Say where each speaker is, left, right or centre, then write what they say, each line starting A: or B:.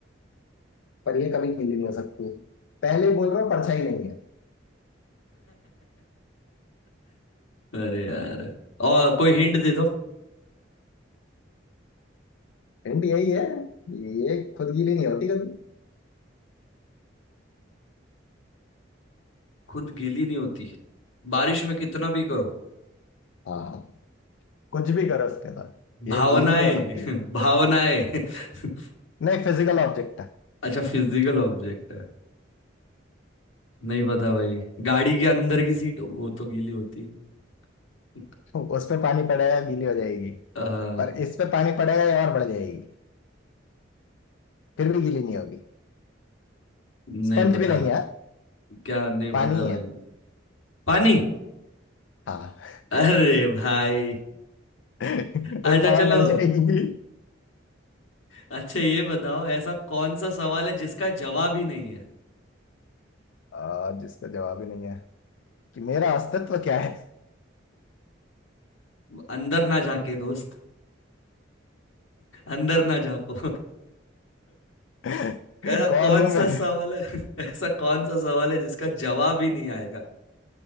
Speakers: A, on the left; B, on the left.
A: पर ये कभी गीली नहीं हो सकती पहले बोल रहा हूँ परछाई नहीं है
B: अरे यार और कोई हिंट दे दो
A: हिंट यही है ये खुद गीली नहीं होती कभी
B: खुद गीली नहीं होती बारिश में कितना भी करो
A: हाँ हाँ कुछ भी करो उसके अंदर
B: भावनाएं
A: ये गीली नहीं हो सकती
B: <laughs> भावनाएं <laughs>
A: नहीं फिजिकल ऑब्जेक्ट है
B: अच्छा फिजिकल ऑब्जेक्ट है नहीं पता भाई गाड़ी के अंदर की सीट वो तो गीली होती है <laughs>
A: <laughs> उस पे पानी पड़ेगा गीली हो जाएगी
B: आ,
A: पर इस पे पानी पड़ेगा ये और बढ़ जाएगी फिर भी गीली नहीं होगी
B: नहीं
A: स्पंज
B: पता
A: भी नहीं है
B: क्या नहीं
A: पानी
B: पता
A: ही
B: भाई
A: है
B: पानी
A: हाँ
B: अरे भाई
A: <laughs> उल्टा
B: अच्छा
A: और
B: चलो
A: बढ़ जाएगी
B: अच्छा ये बताओ ऐसा कौन सा सवाल है जिसका जवाब ही नहीं है
A: आ, जिसका जवाब ही नहीं है कि मेरा अस्तित्व क्या है
B: अंदर ना जाके दोस्त अंदर ना जाको
A: <laughs>
B: ऐसा
A: कौन
B: कौन
A: हूं
B: सा
A: मैं
B: सवाल है ऐसा कौन सा सवाल है जिसका जवाब ही नहीं आएगा